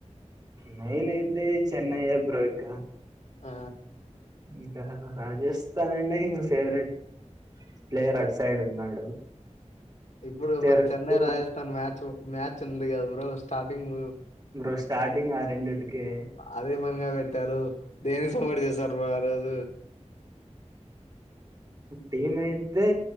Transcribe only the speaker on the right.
మెయిన్ అయితే చెన్నై బ్రో ఇకా
ఇంకా రాజస్థాన్ అండి ఫేవరెట్ ప్లేయర్ అట్ సైడ్ ఉన్నాడు
favourite
టీమ్
బ్రో స్టార్టింగ్ ఆ రెండిటికి
టీం అయితే